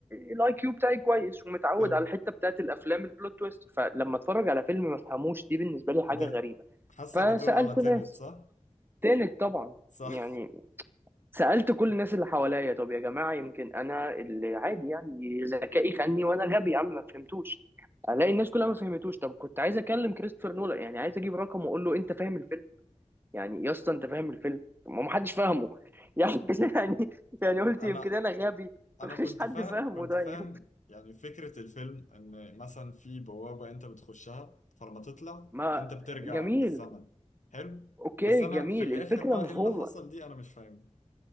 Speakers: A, on the right (about 15°); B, on the left (about 85°).
A: الاي كيو بتاعي كويس ومتعود
B: حلو
A: على الحته بتاعت الافلام البلوت تويست فلما اتفرج على فيلم ما فهموش دي بالنسبه لي حاجه
B: دي
A: غريبه
B: حاسك
A: فسالت
B: هتقول على تينت
A: ناس
B: صح؟
A: تاني طبعا
B: صح
A: يعني سالت كل الناس اللي حواليا طب يا جماعه يمكن انا اللي عادي يعني ذكائي خاني وانا غبي يا عم ما فهمتوش الاقي الناس كلها ما فهمتوش طب كنت عايز اكلم كريستوفر نولان يعني عايز اجيب رقم واقول له انت فاهم الفيلم يعني يا اسطى انت فاهم الفيلم ما محدش فاهمه يعني <laughs> يعني
B: <laughs>
A: يعني قلت
B: انا
A: يمكن انا غبي
B: انا
A: مفيش
B: كنت
A: حد
B: فا...
A: فاهمه
B: كنت
A: طيب
B: فاهم يعني فكرة الفيلم ان مثلا في بوابة انت بتخشها فلما تطلع
A: ما
B: انت بترجع
A: جميل
B: بالزمن حلو
A: اوكي
B: بس انا
A: جميل
B: في الاخر
A: الفكره
B: بقى
A: مفهومه
B: ايه اللي حصل دي انا مش فاهم